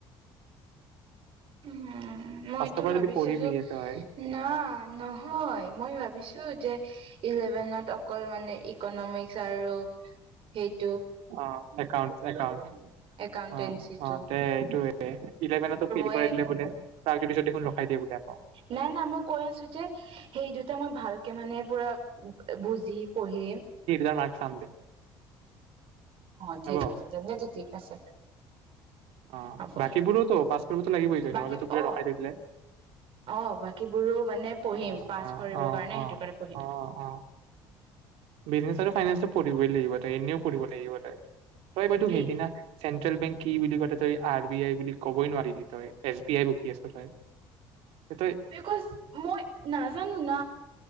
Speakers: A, on the right (about 60°); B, on the right (about 75°).
A: উম মইতো
B: ফাৰ্ষ্টৰ পৰা
A: ভাবিছিলো
B: যদি পঢ়িবিয়ে তই
A: না নহয় মই ভাবিছিলো যে ইলেভেনত অকল মানে ইকনমিকস আৰু স
B: অ একাউণ্ট একাউণ্ট
A: একাউন্টেঞ্চিটো
B: অ অ তই তো ইলেভেনতো
A: উ
B: কৰাই দিলে বোলে প্ৰাক জ্যোতিষত দেখোন ৰখাই দিয়ে বোলে আকৌ।
A: নাই না মই কৈ আছো যে সেই দুটা মই ভালকে মানে পুৰা বুজি পঢ়িম
B: মই চাম দে।
A: অ ঠিক
B: হ'ব
A: আছে সেটো ঠিক আছে।
B: অ
A: হ'ব
B: বাকীবোৰোতো পাচ কৰিবতো লাগিবই তই
A: বাকী
B: নহলে তোক বোৰে
A: অ
B: ৰখাই দি দিলে
A: অ বাকীবোৰো মানে পঢ়িম
B: অঁ
A: পাছ
B: অঃ
A: কৰিবৰ
B: অঁ
A: কাৰণে
B: অঁ
A: সেইটো কাৰণে পঢ়িম
B: অ অ, বিজনেছ আৰু ফাইনেন্স পঢ়িবই লাগিব তই এনেও পঢ়িব লাগিব তই। তই এই ব তু
A: কি
B: হেই দি ন <unintelligible> চেন্ট্ৰেল বেংক কি বুলি ক তই আৰ বি আই বুলি কবই নোৱাৰিলি তই এছ বি আই বকি আছ তই। তই
A: বিকজ মই নাজানো ন